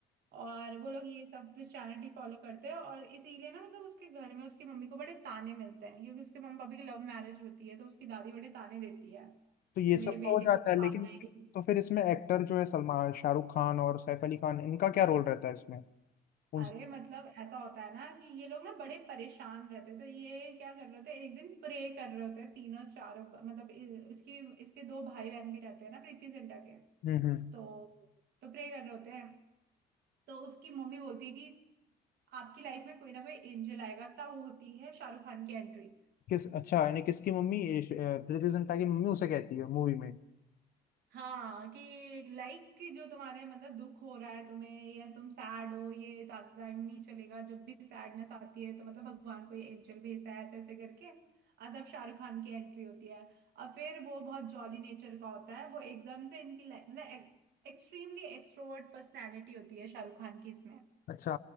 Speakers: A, on the right; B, on the left.
A: और वो लोग ये सब क्रिश्चियनिटी फॉलो करते हैं और इसीलिए ना मतलब उसके घर में उसकी मम्मी को बड़े ताने मिलते हैं क्योंकि उसके मम्मी पापा की लव मैरिज होती है तो उसकी दादी बड़े ताने देती है
B: तो ये
A: कि मेरे
B: सब
A: बेटे
B: तो हो जाता
A: को खा
B: है लेकिन
A: गई
B: तो फिर इसमें एक्टर जो है सलमान शाहरुख खान और सैफ अली खान इनका क्या रोल रहता है इसमें उन
A: अरे
B: सब
A: मतलब ऐसा होता है ना कि ये लोग ना बड़े परेशान रहते हैं तो ये क्या कर रहे होते हैं एक दिन प्रे कर रहे होते हैं तीनों चारों मतलब इ- इसकी इसके दो भाई बहन भी रहते हैं ना प्रीति जिंटा के
B: हम्म हम्म।
A: तो तो प्रे कर रहे होते हैं तो उसकी मम्मी बोलती है कि आपकी लाइफ में कोई ना कोई एंजल आएगा तब होती है शाहरुख खान की एंट्री
B: किस अच्छा यानी किसकी मम्मी ये श- अ, प्रीति जिंटा की मम्मी उसे कहती है मूवी में
A: हाँ कि लाइक कि जो तुम्हारे मतलब दुख हो रहा है तुम्हें या तुम सैड हो ये ज्यादा टाइम नहीं चलेगा जब भी सैडनेस आती है तो मतलब भगवान को ये एंजल भेजता है ऐसे ऐसे करके और तब शाहरुख खान की एंट्री होती है और फिर वो बहुत जॉली नेचर का होता है वो एकदम से इनकी लाइफ मतलब एक्सट्रीमली एक्सट्रोवर्ट पर्सनैलिटी होती है शाहरुख खान की इसमें
B: अच्छा